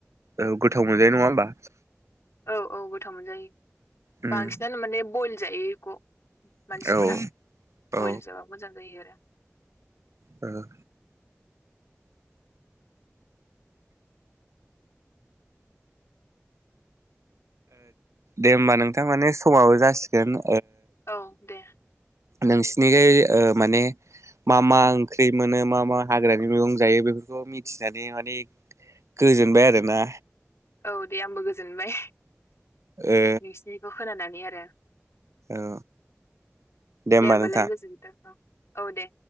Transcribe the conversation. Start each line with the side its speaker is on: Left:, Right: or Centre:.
Right: औ गोथाव मोनजायो नङा होमबा
Left: औ औ गोथाव मोनजायो
Right: उम
Left: बांसिनानो माने बयल जायो बेखौ। मानसिफोरा
Right: औ औ
Left: बयल जाबा मोजां जायो आरो।
Right: औ दे होमबा नोंथां माने समाबो जासिगोन
Left: औ दे
Right: नोंसिनिखाय माने मा मा ओंख्रि मोनो मा मा हाग्रानि मैगं जायो। बेफोरखौ मिथिनानै माने गोजोनबाय आरोना
Left: औ दे आंबो गोजोनबाय
Right: ओ
Left: नोंसिनिखौ खोनानानै आरो
Right: औ
Left: दे
Right: होमबा
Left: होमबालाय
Right: नोंथां
Left: गोजोनथों औ दे।